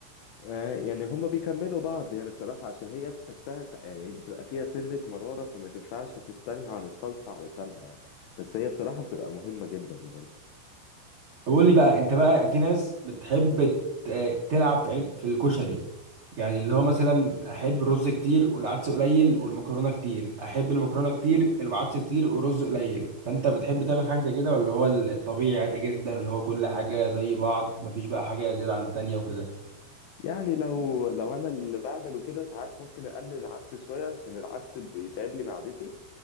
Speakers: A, on the left; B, on the right.
A: آه، يعني هما بيكملوا بعض يعني الصراحة عشان هي تحسها سع- يعني بتبقى فيها سنة مرارة فما تنفعش تستغنى عن الصلصة علشانها يعني بس هي بصراحة بتبقى مهمة جدا برضه
B: طب قول لي بقى انت بقى في ناس بتحب ت- تلعب في علب في الكشري يعني اللي هو مثلا احب الرز كتير والعدس قليل والمكرونه كتير احب المكرونه كتير العدس كتير ورز قليل فانت بتحب تعمل حاجه زي كده ولا هو الطبيعي عادي جدا اللي هو كل حاجه زي بعض مفيش بقى حاجه زياده عن التانيه وكده
A: يعني لو لو أنا اللي بعمله كده ساعات ممكن أقلل العدس شوية عشان العدس بيتعب لي معدتي